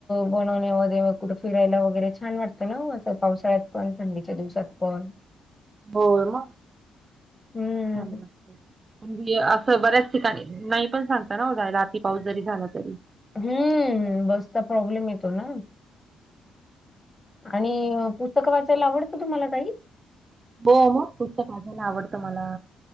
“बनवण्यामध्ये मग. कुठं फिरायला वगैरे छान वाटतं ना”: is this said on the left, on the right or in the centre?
Left